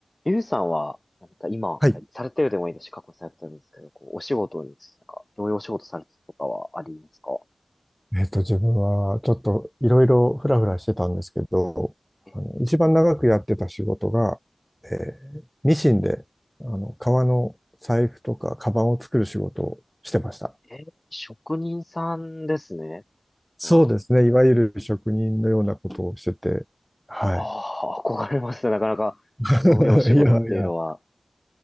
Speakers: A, on the left; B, in the centre.
A: ゆうさんは、なんか今、
B: はい。
A: されてるでもいいですし、過去にされてるんですけど、こう、お仕事について、なんか、どういうお仕事されてるとかはありますか
B: えっと、自分はちょっといろいろフラフラしてたんですけど、
A: え、
B: あの、一番長くやってた仕事が、えーミシンで、あの、革の財布とかカバンを作る仕事をしてました。
A: えー職人さんですね。
B: そうですね。
A: は、
B: いわゆる職人のようなことをしてて、はい。
A: ああ、憧れますね。なかなか、
B: <laughs>
A: そういうお仕事っていうのは。
B: いやいや、